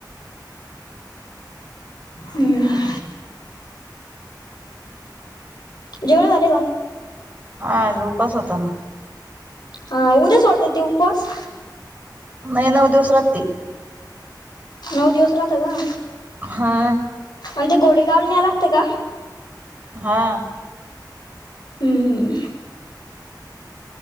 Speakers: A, on the left; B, on the right.
A: हम्म. जेवणं झाले का?
B: हा, आज उपास होता ना.
A: हा उद्या सोडता ते उपवास?
B: महे नऊ दिवस राहते.
A: नऊ दिवस राहता का?
B: हा.
A: अन ते गोडेगावला न्याला लागते का?
B: हा.
A: हूम्म.